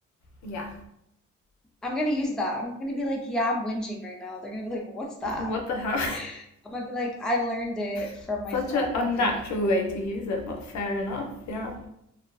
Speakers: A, on the left; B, in the centre.
A: Yeah.
B: I'm gonna use that. I'm gonna be like, yeah, I'm whinging right now. They're gonna be like, what's that?
A: What the hell?
B: I'm gonna be like, I learned it
A: <laughs>
B: from my
A: Such
B: friend
A: an unnatural
B: in England.
A: way to use it, but fair enough. Yeah.